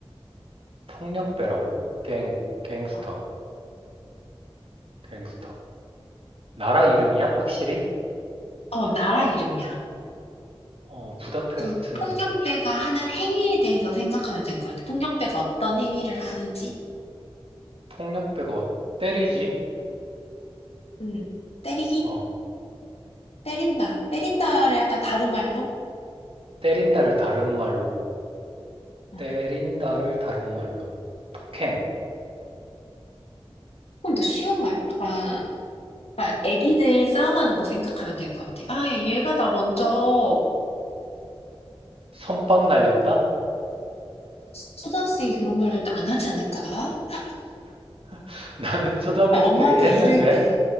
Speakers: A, on the right; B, on the left.
A: 폭력배라고? 갱, 갱스터,
B: 어,
A: 갱스터. 나라 이름이야? 확실히?
B: 어, 나라 이름이야.
A: 어, 부다페스트는
B: 좀 폭력배가
A: 도시고
B: 하는 행위에 대해서 생각하면 될 것 같아. 폭력배가 어떤 행위를 하는지?
A: 폭력배가 어- 때리지?
B: 음, 때리기?
A: 어,
B: 때린다. 때린다를 약간 다른 말로?
A: 때린다를 다른 말로
B: 어,
A: 때린다를 다른 말로 폭행,
B: 조금 더 쉬운 말. 약간 그러니까 애기들 싸움하는 거 생각하면 될 것 같아. 아, 야, 얘가 나 먼저
A: 선빵 날렸다?
B: 초등학생이 그런 말을 안 하지 않을까? 그냥
A: <laughs> 나는 초등학생
B: 엄마한테
A: 때 했는데
B: 이를 때.